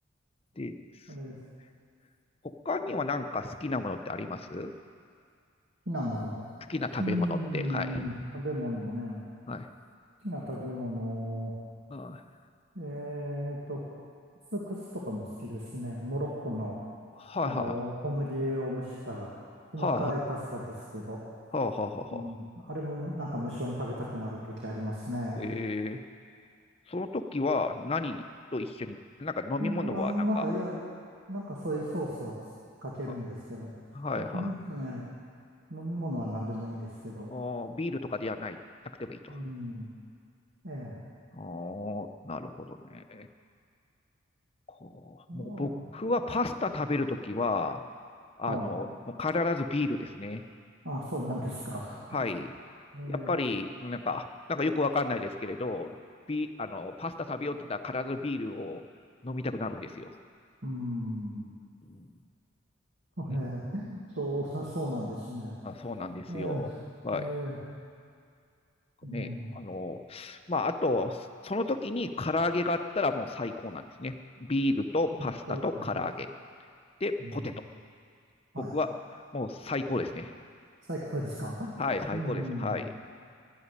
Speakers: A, on the left; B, on the right.
A: でですね、
B: あれ、好
A: 他にはなんか好きなものってあります
B: きなもの。
A: 好きな食べ物って。
B: うーん、
A: はい。
B: 食べ物ね。
A: はい。
B: 好きな食べ物。
A: は
B: えーと、クスクスとかも好きですね。モロッコの、
A: いはいはい。
B: あの、小麦を蒸した細かいパスタですけど、
A: はいはいはいはいは
B: うん、あれもなんか無性に食べたくなるときありますね。
A: いはいはいはいはいえー、その時は何と一緒に、なんか飲み物はなんか、
B: それはなんか、いや、なんかそういうソースをつかけるんですけど、
A: あはいは
B: 飲み、ええ飲み物は何でもいいんですけど、
A: い。あービールとかではない、なくてもいいと。
B: うん、
A: あ
B: ええ、
A: あ、なるほどね。こう、
B: うん
A: もう僕はパスタ食べるときは、あの、
B: はい。
A: もう必ずビールですね。
B: あ、そうなんですか。
A: はい。
B: ええ、
A: やっぱり、なんか、なんかよくわかんないですけれど、ビ、あの、パスタ食べようと思ったら必ずビールを飲みたくなるんですよ。
B: うん、
A: うん
B: ええ、
A: ね、
B: そう、そうなんですね。
A: まあ、そうなんですよ。
B: え
A: はい。
B: え、ええ、うん、
A: ね、あの、まあ、あと、その時に唐揚げがあったらもう最高なんですね。ビールとパスタと唐揚げ。
B: えっと、かさ、
A: で、
B: うん、
A: ポテト。
B: はい。
A: 僕はもう最高ですね。
B: 最高ですか。
A: はい、最高です。
B: うん、
A: はい。